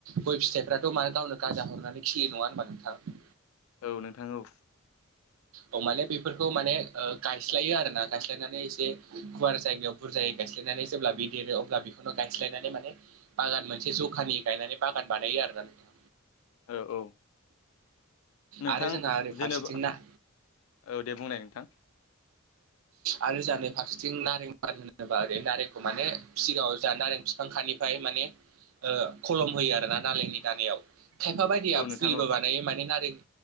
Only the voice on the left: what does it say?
औ नोंथां औ।
औ औ। नोंथां
जेन'बा
औ दे बुंनाय नोंथां।
औ नोंथां
औ